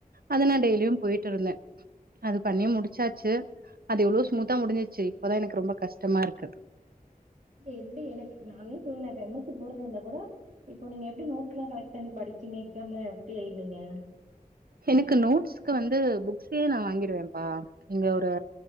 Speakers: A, on the right; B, on the right.
A: அது நா
B: ம்.
A: டெய்லியு போய்ட்ருந்தே அது பண்ணி முடிச்சாச்சு அது எவ்ளோ ஸ்மூத்தா முடிஞ்சிச்சு இப்பதா எனக்கு ரொம்ப கஷ்டமா இருக்கு
B: ப்ப எப்டி எனக்கு நானே சொன்ன இப்ப எம் எஸ் சி போடறதா இருந்தா கோட இப்ப நீங்க எப்டி நோட்ஸ்லா கலெக்ட் பண்ணி படி ச்சிங்க எக்ஸாம்ல எப்டி எழுதுனிங்க
A: எனக்கு நோட்ஸ்க்கு வந்து புக்ஸே நா வாங்கிடுவேம்ப்பா இங்க ஒரு